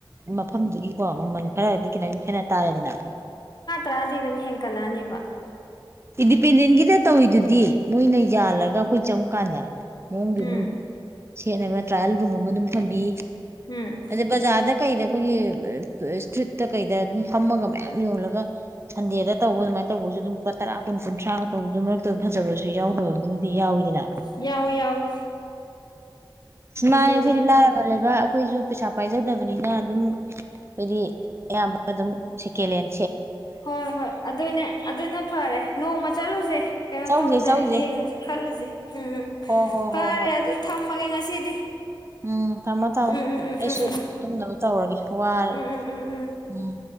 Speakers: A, on the right; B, on the left.
A: ꯃꯐꯝꯗꯨꯒꯤꯀꯣ ꯃꯃꯜ ꯈꯔꯗꯤ ꯈꯤꯇꯝ ꯈꯦꯠꯅ ꯇꯥꯔꯦꯗꯅ
B: ꯗ ꯑꯗꯨꯝ ꯍꯦꯡꯡ ꯀꯂꯅꯤꯕ
A: ꯄꯅꯤꯤꯟꯒꯤꯗꯤ ꯇꯧ ꯑꯣꯏꯗꯨꯗꯤ ꯗꯤ ꯃꯣꯏꯅ ꯌꯥꯜꯂꯒ ꯑꯩꯈꯣꯏ ꯆꯪꯕꯀꯥꯟꯗ ꯃꯑꯣꯡꯗꯨ
B: ꯎꯝ
A: ꯑꯗꯨꯝ ꯁꯦꯠꯅꯕ ꯇ꯭ꯔꯥꯏꯌꯦꯜ ꯔꯨꯝ ꯑꯃ ꯑꯗꯨꯝ ꯊꯝꯕꯤ
B: ꯎꯝ
A: ꯑꯗ ꯕꯖꯥꯗ ꯀꯩꯗ ꯀꯣꯏ ꯏꯁꯇꯇ ꯀꯩꯗ ꯐꯝꯃꯒ ꯃꯌꯥꯝ ꯌꯣꯜꯂꯒ ꯁꯟꯗꯦꯗ ꯇꯧꯕ ꯑꯗꯨꯃꯥꯏꯅ ꯇꯧꯕꯁꯨ ꯑꯗꯨꯝ ꯇꯔꯥ ꯀꯨꯟ ꯀꯨꯟꯊ꯭ꯔꯥꯒ ꯇꯧꯕꯗꯨ ꯃꯔꯛꯇ ꯐꯖꯕꯁꯨ ꯌꯥꯎꯗꯕꯗꯨꯃꯗꯤ ꯌꯥꯎꯋꯤꯗꯅ
B: ꯌꯥꯎꯏ ꯌꯥꯎꯏ
A: ꯃꯤꯅꯥꯏ
B: ꯑꯗꯨꯅꯦ
A: ꯑꯩꯈꯣꯏꯗꯤ ꯍꯥꯏꯔꯒꯥ ꯂꯩꯕꯥꯛ ꯑꯩꯈꯣꯏꯁꯨ ꯄꯩꯁꯥ ꯄꯥꯏꯖꯗꯕꯅꯤꯅ ꯑꯗꯨꯝ ꯍꯥꯏꯣꯏꯗꯤ ꯑꯌꯥꯝꯕ ꯑꯗꯨꯝ ꯀꯂꯦꯟ
B: ꯍꯣꯏ ꯍꯣꯏ ꯑꯗꯨꯅꯦ ꯑꯗꯨꯅ ꯐꯔꯦ ꯅꯣꯡꯃ ꯆꯠꯂꯨꯁꯦ ꯀꯩꯅꯣ
A: ꯆꯧꯁꯦ
B: ꯇꯧ
A: ꯆꯧꯁꯦ
B: ꯌꯦꯡꯉꯨꯁꯦ ꯈꯜꯂꯨꯁꯦ ꯎꯝ
A: ꯍꯣ ꯍꯣ
B: ꯐꯔꯦ
A: ꯍꯣ ꯍꯣꯏ
B: ꯑꯗꯨ ꯊꯝꯃꯒꯦ ꯉꯁꯤꯗꯤ
A: ꯎꯝ ꯊꯝꯃꯣ ꯊꯝꯃꯣ
B: ꯎꯝ ꯎꯝ ꯎꯝ
A: ꯑꯩꯁꯨ
B: ꯎꯝ
A: ꯇꯨꯝꯅꯕ ꯇꯧꯔꯒꯦ ꯋꯥꯔꯦ
B: ꯎꯝ ꯎꯝ ꯎꯝ ꯎꯝ
A: ꯎꯝ